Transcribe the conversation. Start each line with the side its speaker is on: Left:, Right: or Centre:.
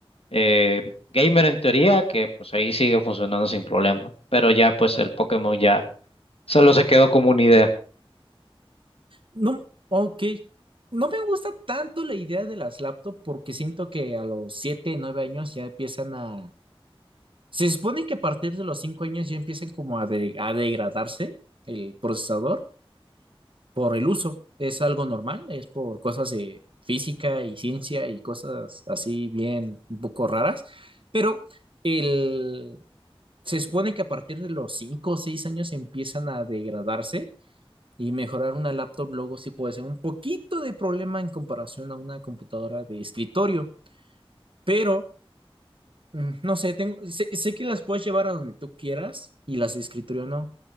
Left: eh, gamer en teoría, que pues ahí sigue funcionando sin problema, pero ya pues el Pokémon ya solo se quedó como una idea.
Right: no, ok. No me gusta tanto la idea de las laptops porque siento que a los 7, 9 años ya empiezan a... Se supone que a partir de los 5 años ya empiezan como a, de- a degradarse el procesador por el uso. Es algo normal, es por cosas de física y ciencia y cosas así bien un poco raras, pero el... se supone que a partir de los 5 o 6 años empiezan a degradarse Y mejorar una laptop luego sí puede ser un poquito de problema en comparación a una computadora de escritorio, pero mm, no sé, tengo, sé, sé que las puedes llevar a donde tú quieras y las de escritorio no,